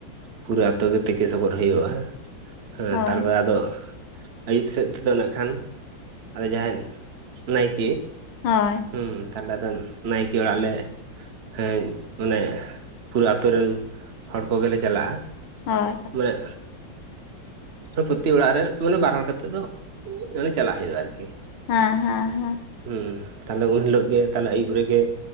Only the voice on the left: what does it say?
ᱦᱳᱭ
ᱦᱳᱭ
ᱦᱳᱭ
ᱦᱮᱸ ᱦᱮᱸ ᱦᱮᱸ ᱾